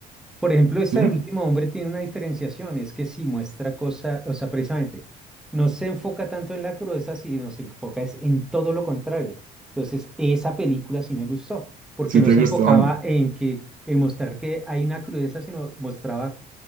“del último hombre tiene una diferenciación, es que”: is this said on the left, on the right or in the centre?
Centre